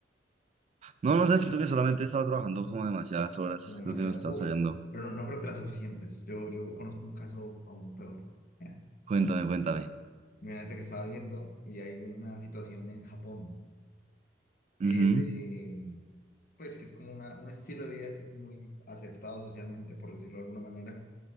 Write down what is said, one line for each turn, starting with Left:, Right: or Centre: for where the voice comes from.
Right: No, no sé, siento que solamente he estado trabajando como demasiadas horas,
Left: hubo demasiado?
Right: creo que me estás
Left: Uf,
Right: saliendo.
Left: pero no, no creo que las suficientes. Yo, yo conozco un caso aún peor. <laughs> Mira,
Right: Cuéntame, cuéntame.
Left: Imagínate que estaba viendo y hay una situación en Japón,
Right: Ujú.
Left: eh, de- pues que es como una, un estilo de vida que es muy aceptado socialmente, por decirlo de alguna manera,